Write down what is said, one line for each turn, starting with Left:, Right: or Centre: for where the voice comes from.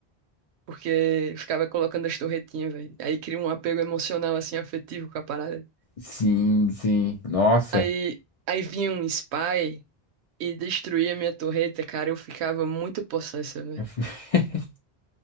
Right: Porque ficava colocando as torretinhas, velho. Aí cria um apego emocional, assim, afetivo com a parada.
Left: Sim, sim. Nossa.
Right: Aí, aí vinha um spy e destruía minha torreta, cara. Eu ficava muito possessa,
Left: <laughs>
Right: velho.